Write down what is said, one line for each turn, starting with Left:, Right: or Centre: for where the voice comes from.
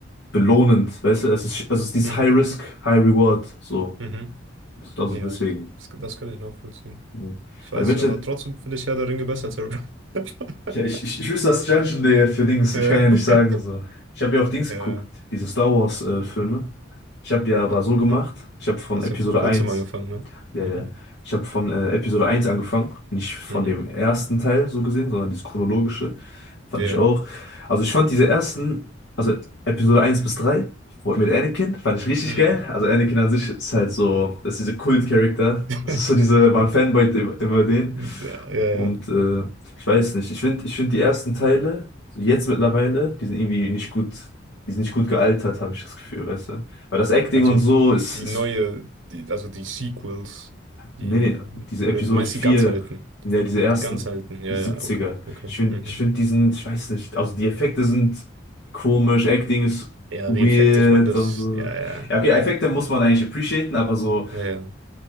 Left: belohnend, weißt du, es ist, also es ist dieses
Right: Mhm.
Left: High Risk, High Reward, so.
Right: Mhm.
Left: Also
Right: Ja,
Left: deswegen.
Right: das, das kann ich nachvollziehen.
Left: Nee.
Right: Ich
Left: Bei
Right: weiß
Left: den Witcher,
Right: nicht, aber trotzdem finde ich Herr der Ringe besser als Harry Potter.
Left: Ich, ich,
Right: <laughs>
Left: ich, ich wüsste das Judgen der für Dings.
Right: Äh,
Left: Ich kann ja
Right: <laughs>
Left: nicht sagen, also ich habe ja auch Dings
Right: Ja.
Left: geguckt, diese Star Wars äh, Filme. Ich habe ja aber
Right: Ah,
Left: so
Right: Aha.
Left: gemacht, ich habe von
Right: Hast
Left: Episode
Right: ja vor kurzem
Left: eins
Right: angefangen, ne?
Left: Ja,
Right: Mhm.
Left: ja. Ich habe von äh, Episode eins angefangen, nicht von
Right: Mhm.
Left: dem ersten Teil so gesehen, sondern das chronologische fand
Right: Ja.
Left: ich auch. Also ich fand diese ersten, also Episode eins bis 3 wo- mit Anakin, fand ich richtig
Right: Mhm.
Left: geil. Also Anakin an sich ist halt so, das ist dieser Kult-Charakter.
Right: <laughs>
Left: Das ist so diese, man fanboyt im- immer den.
Right: Ja, ja.
Left: Und
Right: ja.
Left: äh, ich weiß nicht, ich finde ich find die ersten Teile, so jetzt mittlerweile, die sind irgendwie nicht gut, die sind nicht gut gealtert, habe ich das Gefühl, weißt du? Weil das Acting
Right: Also
Left: und so ist,
Right: die
Left: ist
Right: neue, die, also die Sequels, die,
Left: Nee, nee, diese
Right: oder
Left: Episode
Right: du meinst
Left: 4,
Right: die ganz alten.
Left: ja, diese ersten,
Right: Die ganz alten, ja,
Left: die Siebziger.
Right: ja, okay, okay.
Left: Ich finde,
Right: Mhm.
Left: ich find diesen, ich weiß nicht, also die Effekte sind komisch, Acting ist
Right: Ja,
Left: weird,
Right: die Effekte, ich meine, das,
Left: also.
Right: ja, ja,
Left: Ja, okay, Effekte muss man eigentlich appreciaten, aber so,
Right: ja, ja.